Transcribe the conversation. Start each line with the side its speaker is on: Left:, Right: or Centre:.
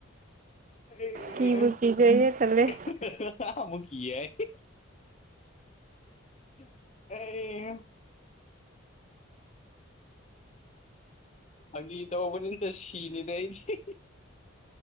Left: ꯑꯩ
Right: ꯀꯤꯕꯨ ꯀꯤꯖꯩꯌꯦ ꯇꯜꯂꯦ
Left: ꯥꯃꯨꯈꯤ ꯑꯦ ꯐꯥꯒꯤ ꯇꯧꯕꯅꯤ ꯑꯝꯇ ꯁꯤꯅꯤꯗ ꯑꯩꯁꯦ